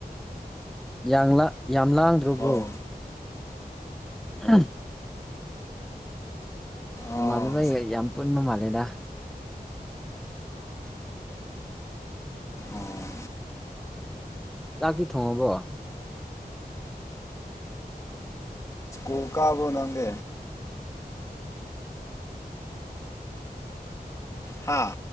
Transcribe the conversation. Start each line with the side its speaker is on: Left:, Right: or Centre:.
Centre: ꯌꯥꯝ ꯂꯥꯡ ꯂꯥꯡꯗ꯭ꯔ ꯕ꯭ꯔꯣ
Left: ꯑꯣ
Centre: ꯎꯝ
Left: ꯑꯣ
Centre: ꯅꯃꯥꯟꯅꯕꯒꯩ ꯌꯥꯝ ꯄꯨꯟꯕ ꯃꯥꯜꯂꯦꯗ
Left: ꯑꯣ
Centre: ꯆꯥꯛꯇꯤ ꯊꯣꯡꯉꯕꯣ
Left: ꯎ ꯀꯥꯕꯔꯣ ꯅꯪꯗꯤ ꯍꯥꯥ